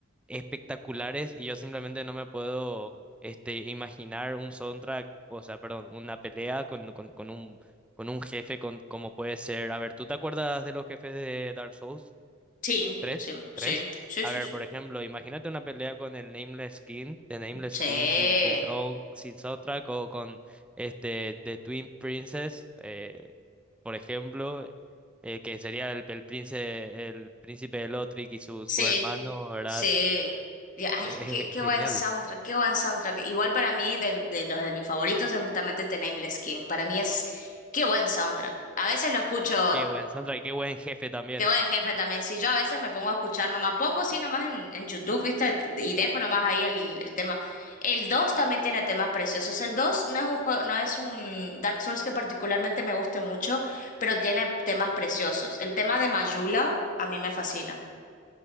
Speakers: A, in the centre; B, on the left.
A: espectaculares y yo simplemente no me puedo este, imaginar un soundtrack, o sea, perdón, una pelea con, con, con un, con un jefe con, como puede ser. A ver, ¿tú te acuerdas de los jefes de Dark Souls
B: Sí,
A: tres
B: sí,
A: tres
B: sí, sí,
A: A
B: sí,
A: ver,
B: sí.
A: por ejemplo, imagínate una pelea con el Nameless King, de Nameless
B: Sí,
A: King sin, sin tron- sin soundtrack, o con este The Twin Princess, eh, por ejemplo, eh, que sería el, el, príncipe el príncipe de Lothric y su,
B: sí,
A: su hermano, ¿verdad?
B: sí. Y,
A: Entonces,
B: Ay, qué,
A: Es ge-
B: qué
A: <laughs> genial.
B: buen soundtrack, qué buen soundtrack. Igual para mí, de, de los de mis favoritos es justamente The Nameless King. Para mí es, qué buen soundtrack. A veces lo escucho
A: Qué buen Sandra y qué buen jefe también.
B: Qué buen jefe también. Si yo a veces me pongo a escuchar nomás, pongo así nomás en, en YouTube, ¿viste? Y dejo nomás ahí el, el tema. El 2 también tiene temas preciosos. El 2 no es un juego, no es un Dark Souls que particularmente me guste mucho, pero tiene temas preciosos. El tema de Mayula a mí me fascina.